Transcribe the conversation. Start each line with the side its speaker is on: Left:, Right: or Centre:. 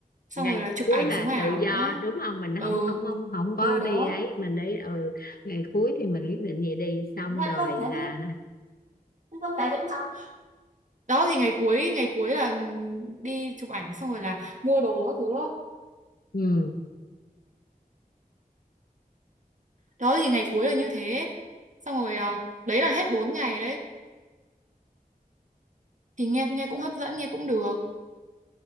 Right: Xong
Left: ngày
Right: rồi là chụp
Left: cuối
Right: ảnh
Left: là
Right: sống ảo
Left: tự do
Right: nữa.
Left: đúng không mình
Right: Ừ,
Left: không không không không có
Right: ừ đó.
Left: đi ấy mình đi ừ ngày cuối thì mình quyết định vậy đi xong
Right: ăn
Left: rồi
Right: cơm thế
Left: là
Right: đi ăn cơm thế cũng không Đó thì ngày cuối ngày cuối là đi chụp ảnh xong rồi là mua đồ các thứ đó.
Left: ừ
Right: Đó thì ngày cuối là như thế. Xong rồi ờ, đấy là hết 4 ngày đấy. Thì nghe nghe cũng hấp dẫn, nghe cũng được.